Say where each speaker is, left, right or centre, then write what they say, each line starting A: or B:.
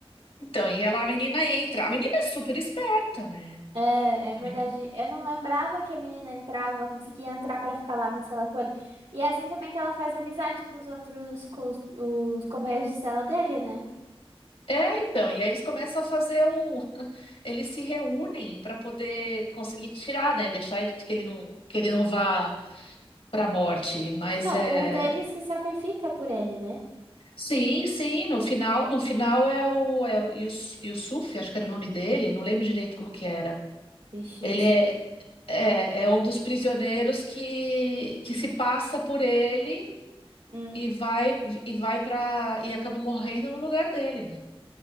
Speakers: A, on the left (about 65°); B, on the right (about 75°).
A: Então, e ela, a menina entra. A menina é super esperta, né?
B: é, é verdade.
A: A menina-
B: Eu não lembrava que a menina entrava, conseguia entrar pra ficar lá na cela com ele. E é assim também que ela faz amizade com os outros, com os, os companheiros de cela dele, né?
A: É, então, e aí eles começam a fazer um. <laughs> Eles se reúnem para poder conseguir tirar, né? Deixar ele que ele não, que ele não vá para a morte. Mas
B: Não,
A: é.
B: um deles se sacrifica por ele, né?
A: Sim, sim, no final, no final é o, é o Yus- Yusuf, acho que era o nome dele, não lembro direito como que era.
B: Vixe,
A: Ele
B: não sei.
A: é, é, é um dos prisioneiros que, que se passa por ele
B: Hum,
A: e vai e vai para e acaba morrendo no lugar dele, né?